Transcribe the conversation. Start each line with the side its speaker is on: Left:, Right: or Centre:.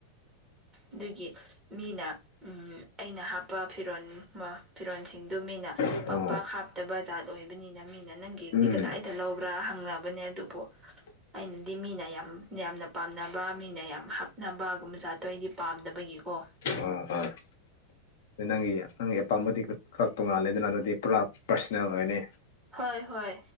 Right: ꯑꯗꯨꯒꯤ ꯃꯤꯅ ꯑꯩꯅ ꯍꯥꯞꯄ ꯐꯤꯔꯣꯜ ꯐꯤꯔꯣꯜꯁꯤꯡꯗꯨ ꯃꯤꯅ
Left: ꯑꯥ
Right: ꯄꯥꯛ ꯄꯥꯛ ꯍꯥꯞꯇꯕ ꯖꯥꯔꯠ ꯑꯣꯏꯕꯅꯤꯅ ꯃꯤꯅ ꯅꯪꯒꯤꯗꯤ
Left: ꯎꯝ
Right: ꯀꯗꯥꯏꯗ ꯂꯧꯕ꯭ꯔꯥ ꯍꯪꯅꯕꯅꯦ ꯑꯗꯨꯕꯨ
Left: <unintelligible>
Right: ꯑꯩꯅꯗꯤ ꯃꯤꯅ ꯌꯥꯝ ꯌꯥꯝꯅ ꯄꯥꯝꯅꯕ ꯃꯤꯅ ꯌꯥꯝ ꯍꯥꯞꯅꯕ ꯒꯨꯝꯕꯖꯥꯠ ꯑ ꯑꯗꯨꯣ ꯑꯩꯗꯤ ꯄꯥꯝꯗꯕꯒꯤꯀꯣ
Left: ꯑꯥ ꯑꯥ ꯑꯗꯨ ꯅꯪꯒꯤ ꯅꯪꯒꯤ ꯑꯄꯥꯝꯕꯗꯤ ꯈꯔ ꯇꯣꯡꯉꯥꯜꯂꯦꯗꯅ ꯑꯗꯨꯗꯤ ꯄꯨꯔꯥ ꯄꯥꯔꯁꯅꯦꯜ ꯑꯣꯏꯅꯤ
Right: ꯍꯣꯏ ꯍꯣꯏ